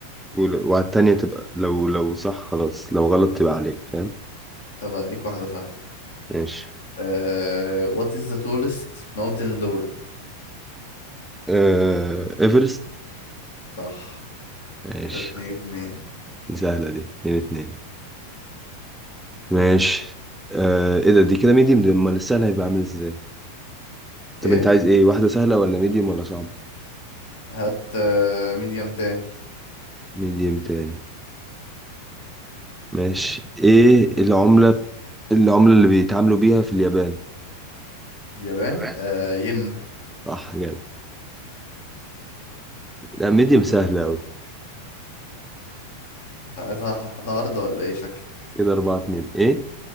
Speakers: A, in the centre; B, on the left.
A: ول- وعلى التانية تبقى لو لو صح خلاص لو غلط تبقى عليك فاهم
B: طب اديك واحدة سهلة
A: ماشي
B: أه... What is the tallest mountain in the world
A: آه... ايفرست
B: صح
A: ماشي
B: كده اتنين اتنين
A: دي سهلة دي اتنين اتنين ماشي آه... ايه ده دي كده ميديوم دي امال السهل هيبقى عامل ازاي
B: ايه
A: طب انت عايز ايه واحدة سهلة ولا ميديوم ولا صعب
B: هات آه، ميديم تاني
A: ميديوم تاني ماشي ايه العملة العملة اللي بيتعاملوا بيها في اليابان
B: اليابان
A: اليابان
B: أه... ين
A: صح جامد لا ميديوم سهلة
B: كده
A: أوي
B: انت عايز واحدة هارد ولا ايه شكلك
A: كده أربعة اتنين إيه؟